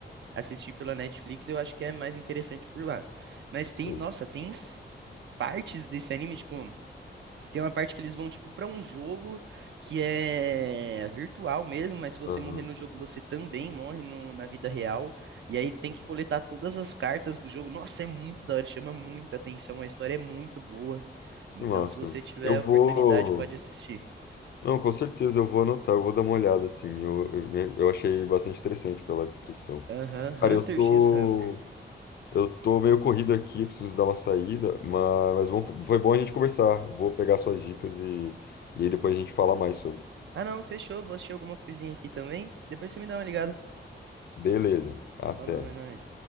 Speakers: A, on the right; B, on the left.
A: assistir pela Netflix, eu acho que é mais interessante por lá. Mas
B: Sim.
A: tem, nossa, tem s- partes desse anime, tipo. Tem uma parte que eles vão, tipo, pra um jogo que é virtual mesmo, mas se você
B: Aham.
A: morrer no jogo, você também morre no- na vida real. E aí tem que coletar todas as cartas do jogo. Nossa, é muito da hora, chama muita atenção, a história é muito boa. Então,
B: Que massa.
A: se você
B: mano.
A: tiver
B: Eu
A: a
B: vou
A: oportunidade, pode assistir.
B: Não, com certeza eu vou anotar, eu vou dar uma olhada, assim. Eu, eu, me- eu achei bastante interessante pela descrição.
A: Aham, Hunter
B: Cara, eu tô,
A: x Hunter.
B: eu tô meio corrido aqui, preciso dar uma saída, mas, mas bom- foi bom a gente conversar. Vou pegar suas dicas e, e aí depois a gente fala mais sobre.
A: Ah, não, fechou. Vou assistir alguma coisinha aqui também. Depois você me dá uma ligada.
B: Beleza, até.
A: Falou, é nóis.